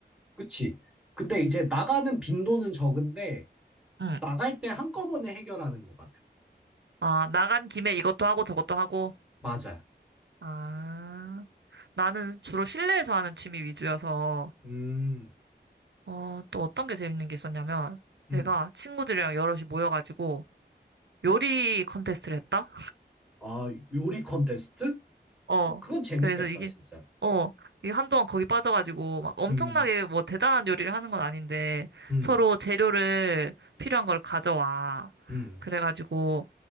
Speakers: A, in the centre; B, on the right (about 80°).
A: 그치. 근데 이제 나가는 빈도는 적은데,
B: 응.
A: 나갈 때 한꺼번에 해결하는 것 같아.
B: 아, 나간 김에 이것도 하고 저것도 하고.
A: 맞아.
B: 아, 나는 주로 실내에서 하는 취미 위주여서,
A: 음,
B: 어, 또 어떤 게 재밌는 게 있었냐면,
A: 음.
B: 내가 친구들이랑 여럿이 모여가지고 요리 컨테스트를 했다?
A: 아, 요리 컨테스트?
B: 어.
A: 어, 그건 재밌겠다,
B: 그래서 이게,
A: 진짜.
B: 어, 이게 한동안 거기 빠져가지고, 막 엄청나게
A: 음,
B: 뭐 대단한 요리를 하는 건 아닌데,
A: 음,
B: 서로 재료를 필요한 걸 가져와.
A: 음,
B: 그래가지고,